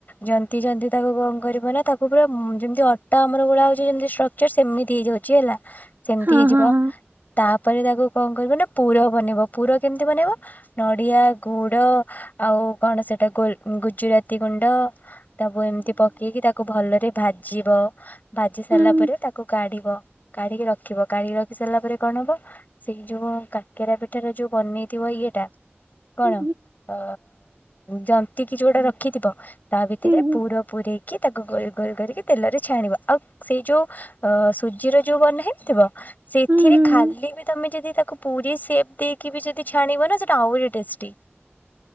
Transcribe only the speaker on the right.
ହଁ
ହଁ ହଁ।
ହୁଁ ହୁଁ
ହୁଁ
ହୁଁ ହୁଁ
ହୁଁ ହୁଁ